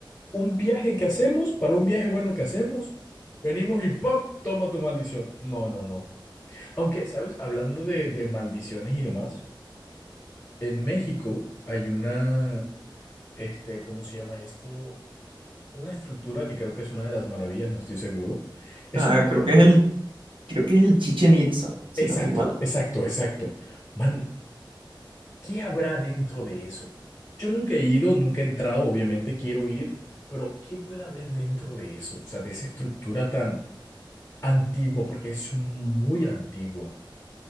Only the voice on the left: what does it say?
un viaje que hacemos, para un viaje bueno que hacemos, venimos y ¡pam! Toma tu maldición. No, no, no. Aunque, ¿sabes? Hablando de, de maldiciones y demás, en México hay una, este, ¿cómo se llama esto? Una estructura que creo que es una de las maravillas, no estoy seguro. Es
un templo
Exacto,
exacto, exacto. Man, ¿qué habrá dentro de eso? Yo nunca he ido, nunca he entrado, obviamente quiero ir, pero ¿qué puede haber dentro de eso? O sea, de esa estructura tan antigua, porque es muy antigua.